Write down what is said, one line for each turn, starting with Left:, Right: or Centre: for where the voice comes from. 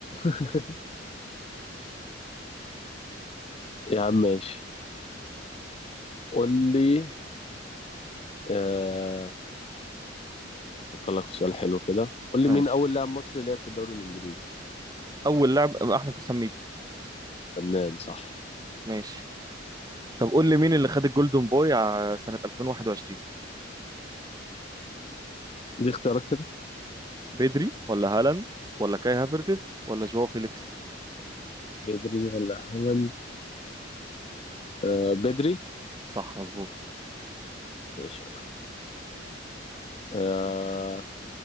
Left: <laughs> يا عم ماشي قول لي آه... أفكر لك في سؤال حلو كده قول
Right: ماشي
Left: لي مين أول لاعب مصري لعب في الدوري الإنجليزي
Right: اول لاعب آه، احمد حسام ميدو
Left: فنان صح
Right: ماشي طب قول لي مين اللي خد الجولدن بوي ع- سنه 2021
Left: دي اختيارات كده
Right: بدري ولا هالاند ولا كاي هافرتز ولا جواو فيليكس
Left: بدري ولا هالاند آه بدري
Right: صح مظبوط
Left: ماشي يا معلم. آه